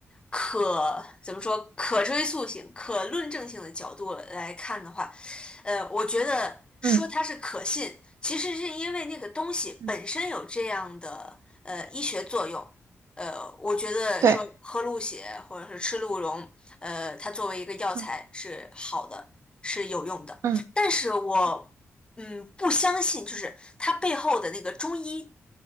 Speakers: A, on the left; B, on the right.
A: 可怎么说可追溯性、可论证性的角度来看的话，呃，我觉得说它是可信，
B: 嗯
A: 其实是因为那个东西本身有这样的呃医学作用。
B: 嗯
A: 呃，我觉得说喝鹿血或者是吃鹿茸，
B: 对，
A: 呃，它作为一个药材是好的，
B: 嗯
A: 是有用的。
B: 嗯
A: 但是我嗯，
B: 嗯
A: 不相信，就是它背后的那个中医